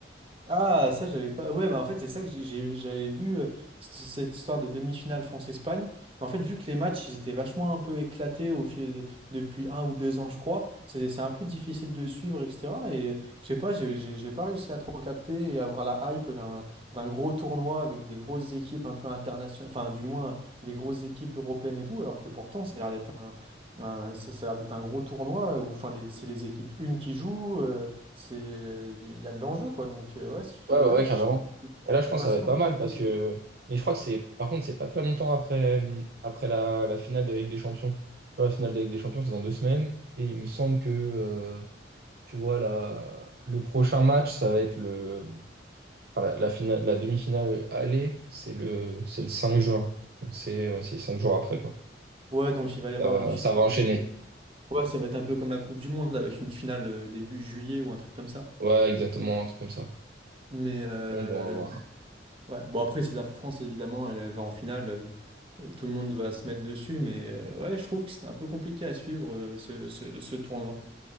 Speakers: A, on the right; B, on the right.
A: Ah, ça, j'avais pas. Ouais, bah en fait, c'est ça que j'ai, j'ai- j'avais vu euh, c- cette histoire de demi-finale France-Espagne. Mais en fait, vu que les matchs, ils étaient vachement un peu éclatés au fil depuis un ou deux ans, je crois, c'est c'est un peu difficile de suivre, etc. Et euh, je sais pas, j'ai j'ai- j'ai pas réussi à trop capter et avoir la hype d'un d'un gros tournoi avec des grosses équipes un peu internationales, enfin, du moins, euh, des grosses équipes européennes et tout, alors que pourtant, ça a l'air d'être un, un- ça, ça a l'air d'être un gros tournoi où enfin, les- c'est les équipes une qui jouent. euh, c'est, il y a de l'enjeu, quoi. Donc, euh, ouais,
B: Ouais,
A: je, ouais,
B: ouais, ouais,
A: je,
B: carrément.
A: je
B: Et là, je
A: suis
B: pense
A: passé
B: que ça va être
A: un
B: pas
A: peu
B: mal
A: à côté.
B: parce que. Mais je crois que c'est. Par contre, c'est pas très longtemps après, hum, après la, la finale de la Ligue des Champions. La finale de la Ligue des Champions, c'est dans deux semaines. Et il me semble que, euh, tu vois, la... le prochain match, ça va être le. Enfin, la, la finale, la demi-finale aller, c'est le, c'est le 5 juin. Donc, C'est ouais, c'est cinq jours après, quoi.
A: Ouais, donc il va y avoir
B: Ça va,
A: une finale
B: ça va enchaîner.
A: pour le coup. Ouais, ça va être un peu comme la Coupe du Monde avec une finale euh, début juillet ou un truc comme ça.
B: Ouais, exactement, un truc comme ça.
A: Mais euh,
B: Bon, bon, à voir.
A: ouais, bon, après, si la France, évidemment, elle, elle va en finale, euh, euh, tout le monde va se mettre dessus. Mais euh, ouais, je trouve que c'était un peu compliqué à suivre euh, ce, ce- ce tournoi.